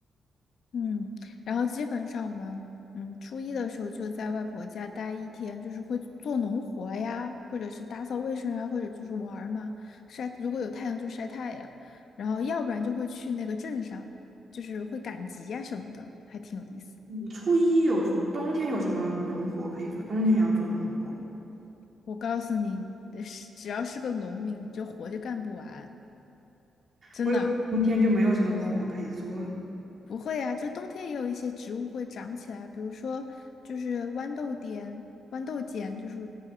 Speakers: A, on the left; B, on the right.
A: 嗯，然后基本上我们嗯初一的时候就在外婆家待一天，就是会做农活呀，或者是打扫卫生呀，或者就是玩儿嘛，晒，如果有太阳就晒太阳，然后要不然就会去那个镇上，就是会赶集呀什么的，还挺有意思。
B: 嗯初一有冬天有什么农活可以做？冬天也要做农活吗？
A: 我告诉你，呃是只要是个农民，你这活就干不完，真的
B: 我以为冬天就没有什么活可以做了。
A: 不会呀、就冬天也有一些植物会长起来，比如说就是豌豆颠、豌豆尖，就是